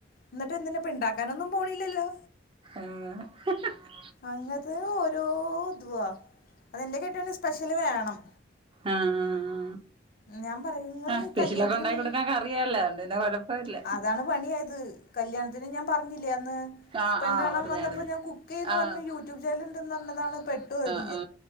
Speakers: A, on the left; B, on the right.
A: എന്നിട്ട് എന്തിനപ്പണ്ടാക്ക കനാനൊന്നും പോണില്ലല്ലോ
B: ആഹ് ഹ് ഹ്
A: അങ്ങത് ഓരോ ഇതുവാ അതെന്റെറെ കേട്ട സ്പെഷ്യല് വേണം
B: ആഹ് ആ ആ
A: ഞാൻ പറയങ്ങള് ഇങ്ങള്
B: സ്പെഷ്യലൊക്കെ
A: കല്യാണത്തിനന്
B: ഉണ്ടാക്കി
A: മുന്ന
B: കൊടുക്കാൻ കറിയല്ല അതുകൊണ്ട് പിന്നെ കൊഴപ്പമില്ല
A: അതാണ് പണിയ ആയത് കല്യാണത്തിന് ഞാൻ പറഞ്ഞില്ലേ അന്ന്
B: ആ
A: പെണ്ണ്
B: ആ
A: കാണാ
B: പറഞ്ഞായിരുന്നു
A: വന്നപ്പോൾ ഞാൻ കുക്ക് ചെയ്യന്ന്
B: ആ
A: പറഞ്ഞു യൂട്യൂബ് ചാനൽ ഉണ്ടെന്ന് പറഞ്ഞതാണ് പെട്ടുപോയത്
B: ആഹ്